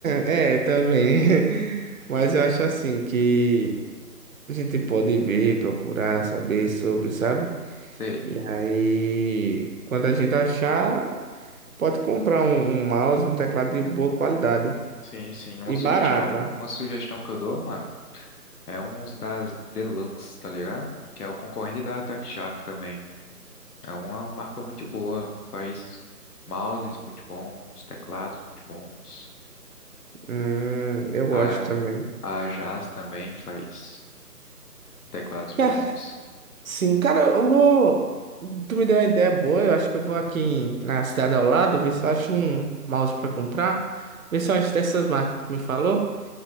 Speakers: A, on the right; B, on the left.
A: É, também. <laughs> Mas eu acho assim que a gente pode ver, procurar, saber sobre, sabe?
B: Sei.
A: E aí, quando a gente achar. Pode comprar um, um mouse, um teclado de boa qualidade
B: Sim, sim. Uma
A: e
B: sugestão,
A: barato, ó.
B: uma sugestão que eu dou, mano, é uns das Deluxe, tá ligado? Que é o concorrente da Attack Shark também. É uma marca muito boa. Faz mouses muito bons, teclados muito bons.
A: Hum, eu gosto
B: A,
A: também.
B: a Jazz também faz teclados bons.
A: Tá, Sim, cara, eu vou. Tu me deu uma ideia boa. Eu acho que eu vou aqui em- na cidade ao lado ver se eu acho um mouse pra comprar. Ver se eu acho dessas marcas que tu me falou.